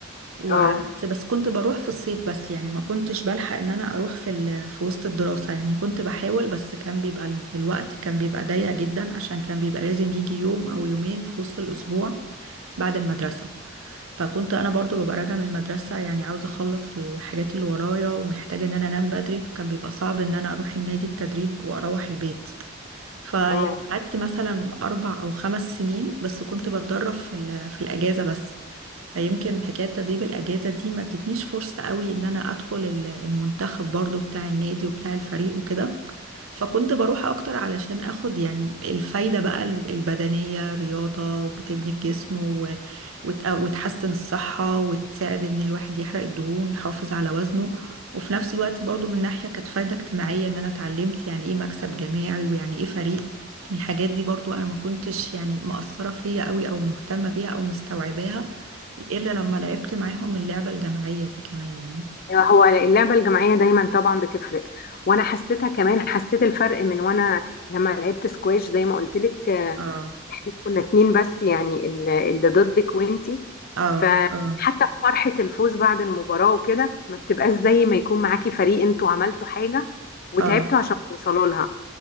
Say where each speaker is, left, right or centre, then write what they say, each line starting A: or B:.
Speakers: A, on the right (about 80°); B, on the left (about 45°).
A: وقعدت
B: اه
A: بس كنت بروح في الصيف بس يعني ما كنتش بلحق ان انا اروح في ال... في وسط الدراسة يعني كنت بحاول بس كان بيبقى ال- الوقت كان بيبقى ضيق جدا عشان كان بيبقى لازم يجي يوم او يومين في وسط الاسبوع بعد المدرسة فكنت انا برضو ببقى راجعه من المدرسه يعني عاوزه اخلص الحاجات اللي ورايا ومحتاجه ان انا انام بدري فكان بيبقى صعب ان انا اروح النادي التدريب واروح البيت فيعني
B: اه
A: قعدت مثلا اربع او خمس سنين بس كنت بتدرب في ال- في الاجازه بس فيمكن حكايه تدريب الاجازه دي ما ادتنيش فرصه قوي ان انا ادخل ال- المنتخب برضو بتاع النادي وبتاع الفريق وكده فكنت بروح اكتر علشان اخد يعني الفايدة بقى ال- البدنية رياضة وبتبني الجسم و... وت... وتحسن الصحة وتساعد ان الواحد يحرق الدهون يحافظ على وزنه وفي نفس الوقت برضو من ناحية كانت فايدة اجتماعية ان انا اتعلمت يعني ايه مكسب جماعي ويعني ايه فريق لكن الحاجات دي برضو انا ما كنتش يعني مأثرة فيا قوي او مهتمة بيها او مستوعباها الا لما لعبت معاهم اللعبة الجماعية دي كمان يعني
B: أيوة، هو اللعبة الجماعية دايما طبعا بتفرق وانا حسيتها كمان حسيت الفرق من وانا لما لعبت سكواش زي ما قلت لك
A: اه
B: احنا كنا اتنين بس يعني ال- اللي ضدك وانتي
A: اه
B: فحتى
A: اه
B: في فرحة الفوز بعد المباراة وكده ما بتبقاش زي ما يكون معاكي فريق انتوا عملتوا حاجة وتعبتوا
A: اه
B: عشان توصلوا لها